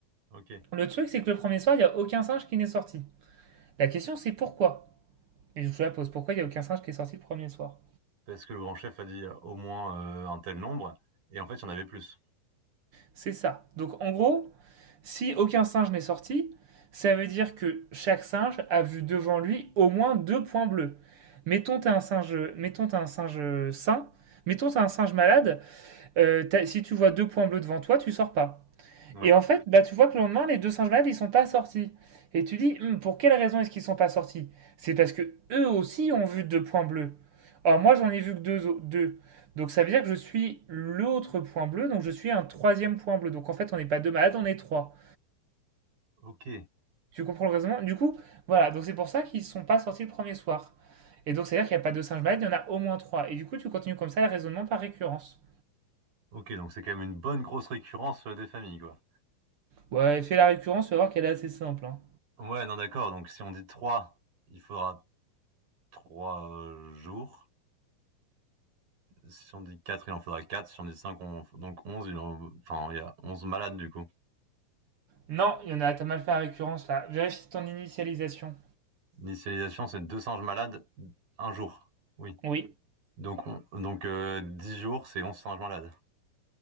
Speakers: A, on the right; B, on the right.
A: ok.
B: Le truc, c'est que le premier soir, il n'y a aucun singe qui n'est sorti. La question, c'est pourquoi Et je vous la pose pourquoi il n'y a aucun singe qui est sorti le premier soir
A: Parce que le grand chef a dit euh, au moins euh, un tel nombre, et en fait, il y en avait plus.
B: C'est ça. Donc en gros, si aucun singe n'est sorti, ça veut dire que chaque singe a vu devant lui au moins deux points bleus. Mettons t'as un singe, mettons t'as un singe sain, mettons t'as un singe malade. euh, si tu vois deux points bleus devant toi, tu sors pas.
A: Ouais,
B: Et en fait, bah, tu vois que le lendemain, les deux singes malades, ils sont pas sortis. Et tu dis, Hum, pour quelle raison est-ce qu'ils sont pas sortis? C'est parce que eux aussi ont vu deux points bleus. Or, moi, j'en ai vu que deux, au- deux. Donc, ça veut dire que je suis l'autre point bleu, donc je suis un troisième point bleu. Donc, en fait, on n'est pas deux malades, on est trois.
A: ok.
B: Tu comprends le raisonnement? Du coup, voilà. Donc, c'est pour ça qu'ils sont pas sortis le premier soir. Et donc, c'est-à-dire qu'il n'y a pas deux singes malades, il y en a au moins trois. Et du coup, tu continues comme ça le raisonnement par récurrence.
A: Ok, donc c'est quand même une bonne grosse récurrence euh, des familles, quoi.
B: Ouais, fais la récurrence, tu vas voir qu'elle est assez simple, hein.
A: Ouais, non, d'accord. Donc si on dit trois, il faudra trois euh, jours. Si on dit quatre, il en faudra quatre. Si on dit cinq, on... donc onze, il en- enfin, il y a onze malades, du coup.
B: Non, il y en a, t'as mal fait la récurrence là. Vérifie ton initialisation.
A: L'initialisation, c'est deux singes malades, un jour. Oui.
B: Oui,
A: Donc, on... donc euh, dix jours, c'est onze singes malades.